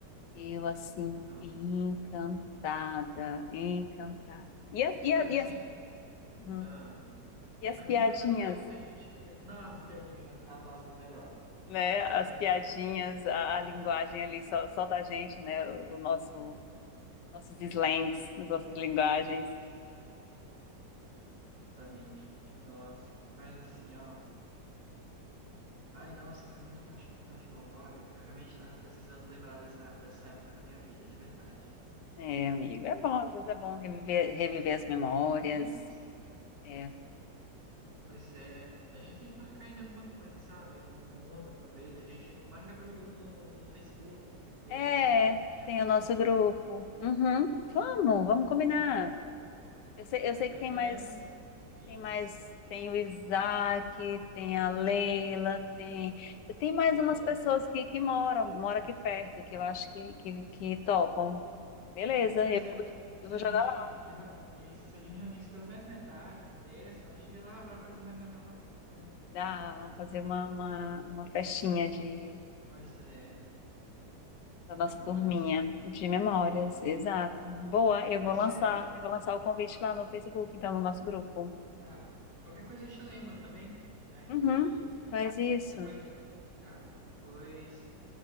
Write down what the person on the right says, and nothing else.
Nossa.
Mas
assim,
ah,
mas
em cada porto que a gente ia. Nossa, piadinha, né? ah, nossas melhores.
Com
certeza.
Exatamente. Nossa. Mas assim, ó. Ai, nossa, foi muito bom te encontrar de novo. Olha, eu realmente tava precisando lembrar dessa, dessa época da minha vida, de verdade.
Isso.
Pois é, a gente tem que marcar ainda alguma coisa, sabe? Um encontro, talvez. A gente marca pelo grupo no, no Facebook do,
do pessoal que, que já
passou
pelo navio.
Pois é,
pois
é,
pelo
menos isso,
isso.
Pois, pois
é,
se
a
gente,
eh, isso, se a gente reunisse pelo menos metade, um terço, acho que lá para fazer uma reunião bacana, né?
Pois é,
que
memórias.
Isso.
Pois
é,
tá. Qualquer coisa eu te lembro, tá bem? Aí,
depois, tá. Pois.